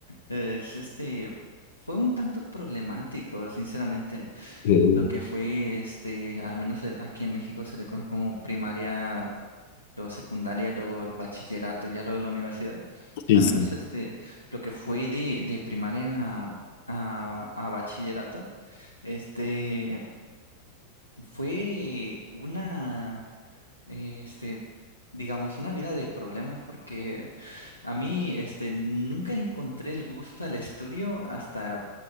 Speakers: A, on the left; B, on the left.
A: es este fue un tanto problemático, sinceramente,
B: Mm,
A: lo que fue este, al menos eh, aquí en México se le conoce como primaria luego secundaria, luego el bachillerato y ya luego la universidad.
B: Sí,
A: Al
B: sí.
A: menos este, lo que fue de, de primaria a, a, a bachillerato, este, fue una, eh, este, digamos, una vida de problemas porque a mí, este, nunca encontré el gusto al estudio hasta